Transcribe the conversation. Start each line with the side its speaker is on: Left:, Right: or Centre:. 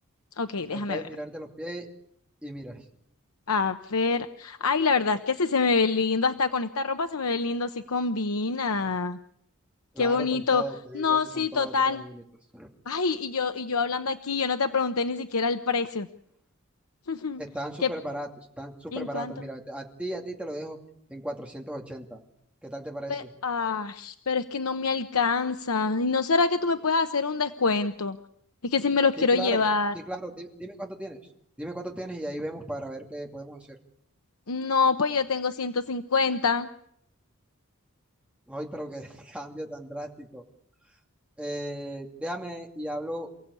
Left: ok, déjame
Centre: Ahí puedes
Left: ver.
Centre: mirarte los pies y miras.
Left: A ver. Ay, la verdad es que sí se me ve lindo. Hasta con esta ropa se me ve lindo, sí combina.
Centre: Claro,
Left: Qué bonito.
Centre: con todo, te
Left: No,
Centre: digo que
Left: sí,
Centre: con todo
Left: total.
Centre: te quedan bonitos.
Left: Ay, y yo, y yo hablando aquí, yo no te pregunté ni siquiera el precio. <laughs>
Centre: Están súper
Left: ¿Qué,
Centre: baratos, están súper
Left: en
Centre: baratos.
Left: cuánto?
Centre: Mira, te- a ti, a ti te lo dejo en 480. ¿Qué tal te parece?
Left: Pe- ay, pero es que no me alcanza. ¿Y no será que tú me puedes hacer un descuento? Es que si me los
Centre: Sí,
Left: quiero
Centre: claro,
Left: llevar.
Centre: sí, claro. Di- Dime, cuánto tienes. Dime cuánto tienes y ahí vemos para ver qué podemos hacer.
Left: No, pues yo tengo 150.
Centre: Ay, pero qué <laughs> cambio tan drástico. Eh, déjame y hablo